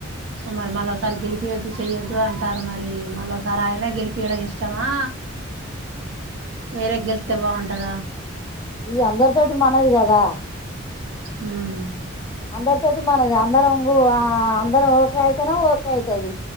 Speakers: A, on the right; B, on the left.
A: మరి మళ్ళసారి గెలిపీయొద్దు చెయ్యొద్దు అంటారు మరి మళ్ళసారి ఆయనే గెలిపయడం ఇష్టమా వేరే గెళ్తే బాగుంటదా
B: ఈ అందరి తోటి మనది కదా
A: ఉమ్
B: అందరి తోటి మనది అందరంగు ఆ అందరం ఓకే అయితేనే ఓకే అయితది